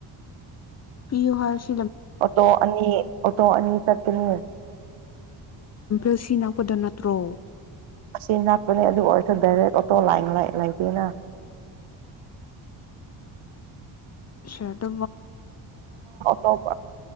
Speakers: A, on the left; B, on the right.
A: ꯄꯕꯤꯨꯍꯁ
B: ꯑꯣꯣ ꯑꯅꯤ ꯑꯣꯣ ꯑꯅꯤ ꯆ ꯅ
A: ꯑꯁꯤꯅꯥ ꯀꯗ ꯅꯠꯇ꯭ꯔꯣ
B: ꯑꯁꯤ ꯉꯥꯛꯄꯅꯦ ꯑꯗꯨ ꯑꯣꯏꯔꯊ ꯗꯥꯏꯔꯦ ꯇꯇꯣ ꯂꯥꯏ ꯂꯥꯏꯇꯦꯅ
A: ꯑꯗꯨ
B: ꯇꯣꯞ